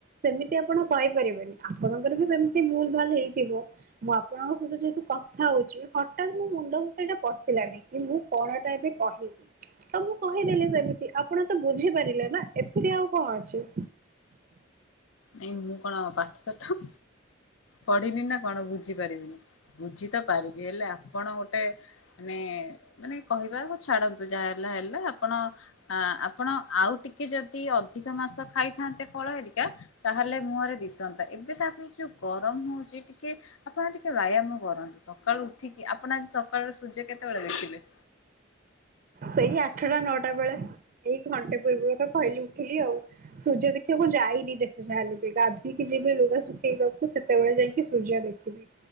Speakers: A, on the right; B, on the left.
A: ସେମିତି ଆପଣ କହି ପାରିବେନି। ଆପଣଙ୍କର ବି ସେମିତି ଭୁଲ୍ ଭାଲ୍ ହେଇଥିବ। ମୁଁ ଆପଣଙ୍କ ସହିତ ଯେହେତୁ କଥା ହଉଚି ହଠାତ୍ ମୋ ମୁଣ୍ଡକୁ ସେଇଟା ପଶିଲାନି, କି ମୁଁ କଣ ଟା ଏବେ କହିବି? ତ ମୁଁ କହିଦେଲି ସେମିତି। ଆପଣ ତ ବୁଝିପାରିଲେ ନା ଏଥିରେ ଆଉ କଣ ଅଛି?
B: ନାଇଁ ମୁଁ କଣ ପାଠଶାଠ ପଢିନି ନା କଣ ବୁଝି ପାରିବିନି? ବୁଝି ତ ପାରିବି, ହେଲେ ଆପଣ ଗୋଟେ ମାନେ ମାନେ କହିବା ହଉ ଛାଡ଼ନ୍ତୁ ଯାହା ହେଲା ହେଲା। ଆପଣ ଆଁ ଆପଣ ଆଉ ଟିକେ ଯଦି ଅଧିକ ମାସ ଖାଇଥାନ୍ତେ ଫଳ ହେରିକା ତାହେଲେ ମୁହଁରେ ଦିଶନ୍ତା। ଏବେ ତାପରେ ଯୋଉ ଗରମ ହଉଛି ଟିକେ ଆପଣ ଟିକେ ବାୟାମ କରନ୍ତୁ। ସକାଳୁ ଉଠିକି, ଆପଣ ଆଜି ସକାଳର ସୂର୍ଯ୍ୟ କେତେବେଳେ ଦେଖିଲେ?
A: ସେଇ ଆଠଟା ନଅଟା ବେଳେ। ଏଇ ଘଣ୍ଟେ ପୂର୍ବରୁ ତ କହିଲି ଉଠିଲି ଆଉ। ସୂର୍ଯ୍ୟ ଦେଖିବାକୁ ଯାଇନି ଯେତେ ଯାହା ହେଲେ ବି। ଗାଧୋଇକି ଯିବି ଲୁଗା ଶୁଖେଇବାକୁ ସେ ତେବେଳେ ଯାଇକି ସୂର୍ଯ୍ୟ ଦେଖିବି।